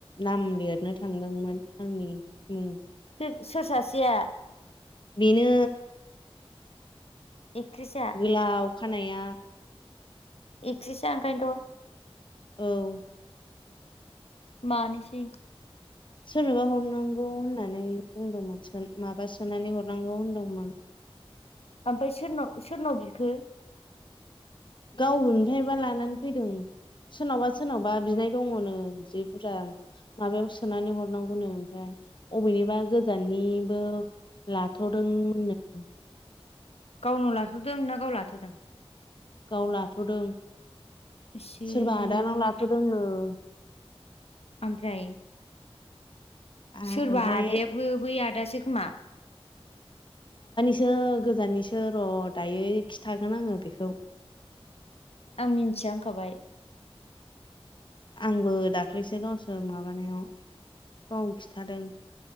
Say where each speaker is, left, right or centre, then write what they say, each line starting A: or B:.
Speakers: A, on the left; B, on the left.
A: नाम लिरनो थांदोंमोन आंनि उम ।
B: <unintelligible> सोर सासेया?
A: बिनो
B: एथ्रिसआ
A: गोलाव खानाया
B: एथ्रिसा ओंखायनोथ' ।
A: औ ।
B: मानिसै ।
A: सोरनोबा हरनांगौ होननानै बुंदोंमोनसोन माबा सोनानै हरनांगौ होनदोंमोन ।
B: ओमफाय सोरनाव सोरनाव बिखो?
A: गाव आबेनिफायबा लानानै फैदों । सोरनावबा सोरनावबा बिनाय दङनो जि बुरजा माबायाव सोनानै हरनांगौनो ओमफ्राय । अबेनिबा गोजाननिबो लाथ'दोंमोननो ।
B: गावनाव लाथ'दों ना गाव लाथ'दों?
A: गाव लाथ'दों
B: इसोर
A: सोरबा आदानाव लाथ'दोंनो ।
B: आमफ्राय?
A: आ
B: सोरबा
A: ओमफ्राय
B: आदायाबो बै आदासो खोमा ।
A: जो गोजाननिसो र' दायै खिथागोन आङो बेखौ ।
B: आं मिन्थिया होनखाबाय ।
A: आंबो दाख्लैसो गावसोर माबानायाव गाव खिथादों ।